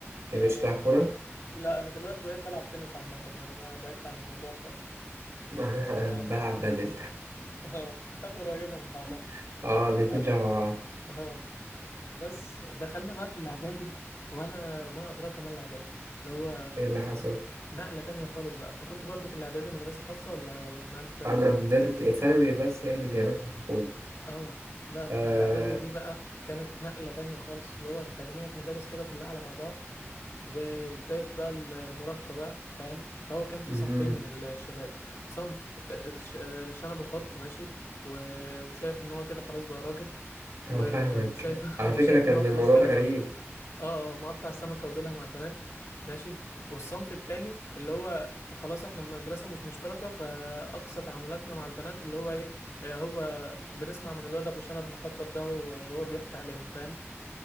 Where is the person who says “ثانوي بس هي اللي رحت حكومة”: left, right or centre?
Right